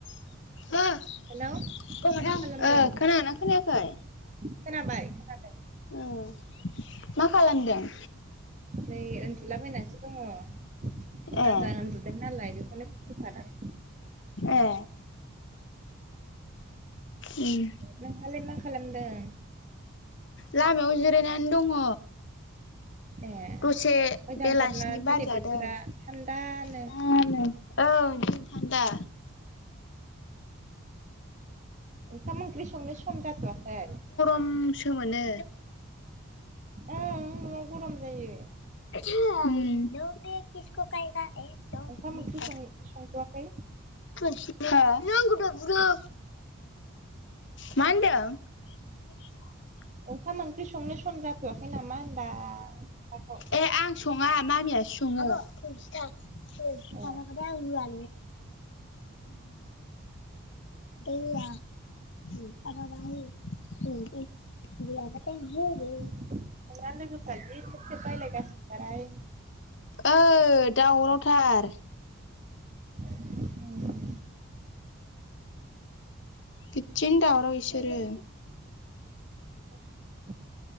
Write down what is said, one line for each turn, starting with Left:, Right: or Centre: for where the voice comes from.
Left: <unintelligible>
Right: हेलौ
Left: ओ
Right: मा खालामदों
Left: खोनादोंना खोनायाखै?
Right: खोनाबाय? खोनादों
Left: उम मा खालामदों?
Right: नै उन्दुलाबायैनानैसो दङ'
Left: ए
Right: आजा उन्दुदों नालाय बेखौनो फादां।
Left: ए उम।
Right: नोंहालाय मा खालामदों?
Left: लामायाव जिरायनानै दङ।
Right: ए
Left: दसे
Right: मोजांथारना
Left: बेलासिनि बारजादों।
Right: दिनै बोथोरा
Left: मा
Right: थान्दानो
Left: होनो औ बिदिनो थान्दा।
Right: ओंखाम ओंख्रि संनो सम जाथ'आखै?
Left: उम सोमोनो।
Right: ओं न'आव गरम जायो।
Left: <unintelligible>
Right: ओंखाम ओंख्रि संथ'वाखै।
Left: हो? नों आंखौ दहय बुदों। मा होनदों? <inaudible>
Right: ओंखाम ओंख्रि संनो सम जाथ'आखै नामा होनदां? दाथ'
Left: ए आं सङा मामियासो सङो। <unintelligible> ओरै
Right: ए
Left: बाबा बाथाय होआ उम बाबाबा होयो उम गैया बाथाय ओहो ओरै
Right: नोंना लोगोफ्रा जि थेब थेब रायलायगासिनोथारहाय
Left: ओ दावरावथार
Right: उम
Left: बिदिनो दावराव इसोरो
Right: अ